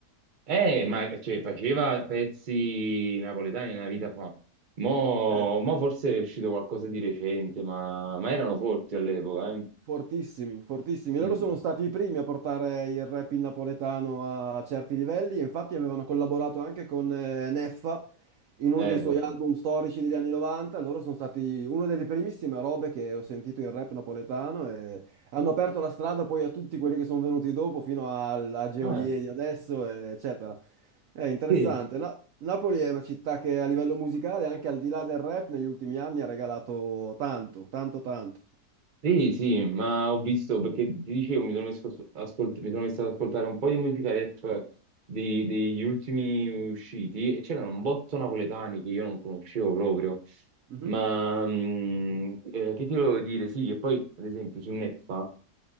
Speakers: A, on the right; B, on the right.
A: eh, ma, cioè, faceva pezzi napoletani nella vita fa. Mo,
B: certo.
A: mo forse è uscito qualcosa di recente, ma, ma erano forti all'epoca, eh.
B: Fortissimi, fortissimi.
A: Sì,
B: Loro sono stati i primi a portare il rap in napoletano a certi livelli, e infatti avevano collaborato anche con eh, Neffa in uno
A: eh
B: dei suoi
A: beh
B: album
A: sì.
B: storici degli anni 90. Loro sono stati una delle primissime robe che ho sentito in rap napoletano e hanno aperto la strada poi a tutti quelli che sono venuti dopo, fino al- a, Geolier
A: Ah,
B: di adesso, eh, eccetera. È interessante.
A: sì,
B: Na- Napoli è una città che a livello musicale, anche al di là del rap, negli ultimi anni ha regalato tanto, tanto, tanto.
A: sì, sì, ma ho visto, perché ti dicevo, mi sono messo, a ascolt- mi sono messo ad ascoltare un po' di musica rap di- degli ultimi usciti e c'erano un botto napoletani che io non conoscevo proprio,
B: Mhm.
A: ma mh, eh, che ti volevo dire, sì, che poi ad esempio su Neffa,